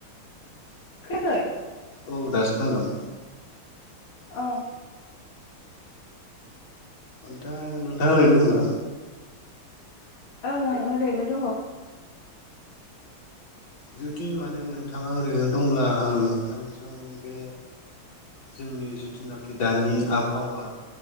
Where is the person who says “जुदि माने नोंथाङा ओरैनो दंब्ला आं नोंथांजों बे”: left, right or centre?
Left